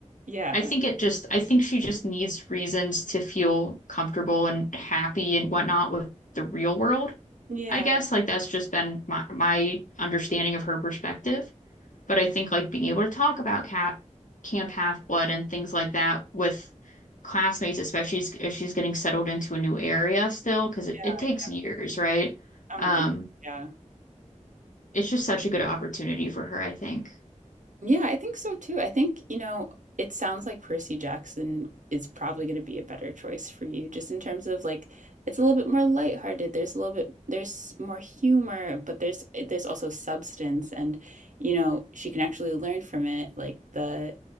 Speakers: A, on the right; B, on the left.
A: Yeah.
B: I think it just, I think she just needs reasons to feel comfortable and happy and whatnot with the real world.
A: Yeah.
B: I guess like that's just been my my understanding of her perspective. But I think like being able to talk about cat Camp Half-Blood and things like that with classmates, especially if she's getting settled into a new area still, because it,
A: Yeah.
B: it takes years, right?
A: Oh
B: Um,
A: my goodness. Yeah.
B: it's just such a good opportunity for her, I think.
A: Yeah, I think so too. I think, you know, it sounds like Percy Jackson is probably going to be a better choice for you, just in terms of like it's a little bit more lighthearted. There's a little bit there's more humor, but there's eh, there's also substance and you know, she can actually learn from it. Like the